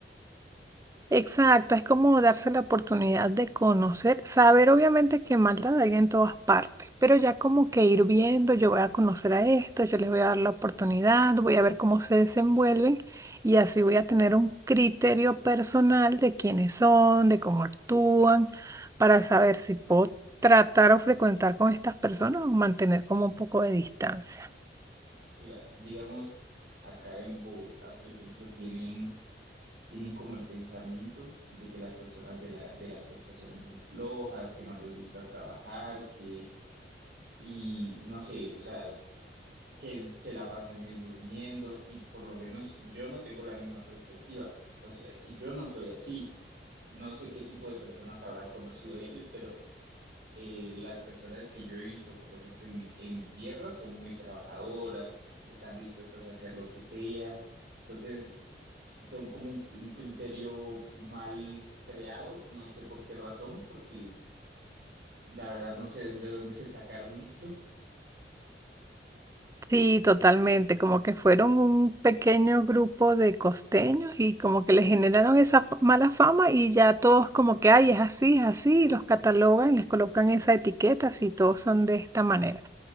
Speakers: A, on the right; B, on the right.
A: Exacto, es como darse la oportunidad de conocer, saber obviamente que maldad hay en todas partes, pero ya como que ir viendo, yo voy a conocer a esto, yo les voy a dar la oportunidad, voy a ver cómo se desenvuelven y así voy a tener un criterio personal de quiénes son, de cómo actúan, para saber si puedo tratar o frecuentar con estas personas o mantener como un poco de distancia.
B: Claro, digamos, acá en Bogotá, por ejemplo, tienen, tienen como el pensamiento de que las personas de la, de la costa son muy flojas, que no les gusta trabajar, que, y no sé, o sea, que se la pasan es durmiendo y por lo menos yo no tengo la misma perspectiva. O sea, y yo no soy así. No sé qué tipo de personas habrán conocido ellos, pero eh, las personas que yo he visto, por ejemplo, en mi, en mi tierra son muy trabajadoras, están dispuestas a hacer lo que sea. Entonces, son como un, un criterio mal creado, no sé por qué razón, porque la verdad no sé de dónde se sacaron <laughs> eso.
A: Sí, totalmente, como que fueron un pequeño grupo de costeños y como que les generaron esa fa- mala fama y ya todos como que, ay, es así, es así, y los catalogan, y les colocan esa etiqueta, si todos son de esta manera.